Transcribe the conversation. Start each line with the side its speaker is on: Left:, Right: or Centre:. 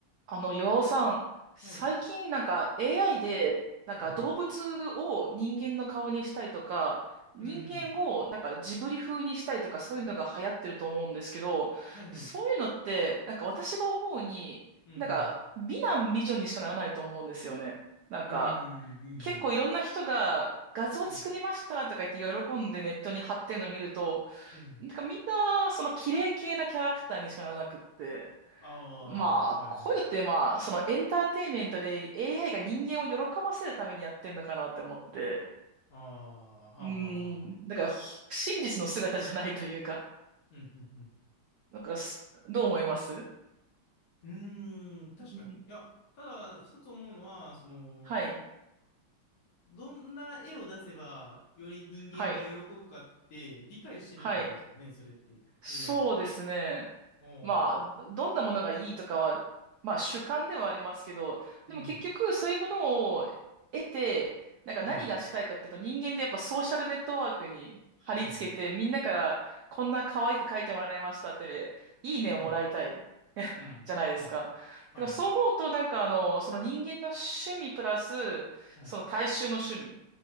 Right: あの、岩尾さん、最近なんか
Left: はい。
Right: AI で、なんか動物を人間の顔にしたりとか、
Left: うん、
Right: 人間をなんかジブリ風にしたりとか、
Left: うん。うん。
Right: そういうのが流行ってると思うんですけど、
Left: はいはい。
Right: そういうのって、なんか私が思うに、
Left: うん。
Right: なんか美男美女にしかならないと思うんですよね。なんか、
Left: うん、うん、
Right: 結構いろんな人が画像作りましたとか言って喜んでネットに貼ってるのを見ると、
Left: うん。うん、うん。
Right: なんかみんなその綺麗系なキャラクターにしかならなくって。
Left: ああ、
Right: まあ、
Left: はいはい。
Right: こういうのってまあ、そのエンターテインメントで AI が人間を喜ばせるためにやってんのかなって思って。
Left: ああ、はあ、
Right: うーん、
Left: はあ、はあ。はあ
Right: だからほ真実の姿じゃないというか、
Left: うん、うん、うん。
Right: なんかす、どう思います
Left: うーん、確かに。
Right: うん
Left: いや、ただ、一つ思うのは、その、
Right: はい、
Left: どんな絵を出せば、より人間が喜ぶかって、
Right: はい、
Left: 理解してるってことですかね、
Right: はい。
Left: それって。
Right: そうですね。
Left: AI が。おー、
Right: まあ、どんなものがいいとかは、まあ主観ではありますけど、
Left: うん、
Right: でも結局そういうものを得て、なんか何がしたいかっていうと人間ってやっぱソーシャルネットワークに貼り付けて、
Left: うん、うん、うん、
Right: みんなからこんな可愛く書いてもらいましたって、いいねをもらいたい。
Left: うん、
Right: <laughs>
Left: うん、
Right: じゃないですか。
Left: うん。
Right: だからそう思うと、
Left: はいはい。
Right: なんかあの、その人間の趣味プラス、
Left: はい。
Right: その大衆の趣味
Left: うん、